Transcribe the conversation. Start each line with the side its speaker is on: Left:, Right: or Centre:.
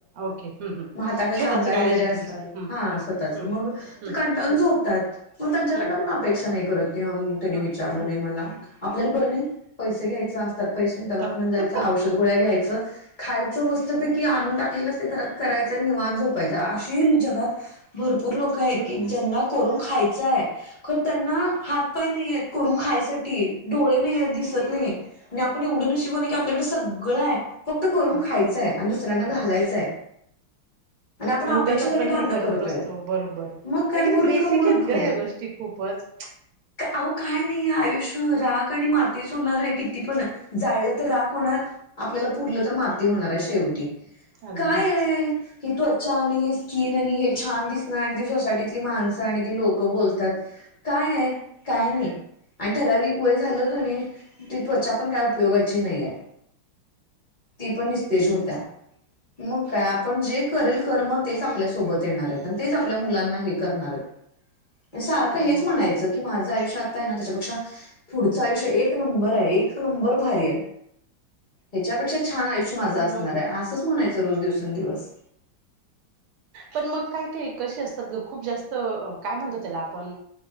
Right: ओके. हं, हं.
Left: मग हाताखाली
Right: स्वतःच
Left: कामगार
Right: गॅरेज
Left: वगैरे
Right: आहे
Left: असतात
Right: तुमचं. हं,
Left: हा
Right: हं,
Left: स्वतःच
Right: हं,
Left: मग
Right: हं,
Left: ते कंटाळून झोपतात. मग त्यांच्याकडन
Right: हं,
Left: आपण अपेक्षा नाही करत की त्यांनी
Right: हं,
Left: विचारलं नाही मला
Right: हं.
Left: आपल्याला बरं नाही पैसे घ्यायचं असतात पैसे दवाखाया
Right: तर
Left: जायचं औषध गोळ्या घ्यायचं. खायचं मस्तपैकी आणून टाकलेलं अस ते घरात करायचं निवाण झोपायच अशी जगात. भरपूर लोक आहेत
Right: सु हं.
Left: की ज्यांना करून खायचं आहे खर त्यांना हात पाय नाही आहेत करून खायसाठी डोळे नाही आहेत दिसत नाही. आणि आपण एवढं न नशीबवान आहे की आपल्याकडे सगळं आहे. फक्त करून
Right: अगदी
Left: खायचंय आणि दुसऱ्यांना घालायचंय.
Right: अगदी
Left: आपण
Right: आणि
Left: अपेक्षेसाठी
Right: उगाच पण
Left: भांडणं
Right: हे करत
Left: करतोय
Right: बसतो बरोबर
Left: मग काय
Right: आणि
Left: मूर्ख
Right: किती बेसिक
Left: मूर्ख
Right: आहेत ग या गोष्टी खूपच
Left: अहो काय नाही आयुष्य राग आणि मातीच होणार आहे किती पण जाळलं तर राख होणार आपल्याला पुरलं तर माती होणार आहे शेवटी
Right: अगदीच
Left: काय आहे. हे त्वचा आणि हे स्कीिन आणि हे छान दिसणं आणि ती सोसायटीतली माणसं आणि ती लोक. बोलतात काय आहे काय नाही. आणि ठराविक वय झालं कणी ती त्वचा पण काय उपयोगाची नाहीय. ती पण निस्तेज होत्या मग काय आपण जे. करेल कर्म तेच आपल्यासोबत येणार आहेत आणि तेच आपल्या मुलांना हे करणार आहेत. सारखं
Right: हो
Left: हेच म्हणायचं. की माझं आयुष्य आता आहे ना त्याच्यापेक्षा पुढचं आयुष्य एक नंबर आहे एक नंबर भारी आहे. ह्याच्यापेक्षा छान आयुष्य माझं
Right: पण
Left: असणार
Right: मग
Left: आहे असंच म्हणायचं रोज दिवसेंदिवस.
Right: पण मग काय काय कसे असतात खूप जास्त काय म्हणतो त्याला आपण.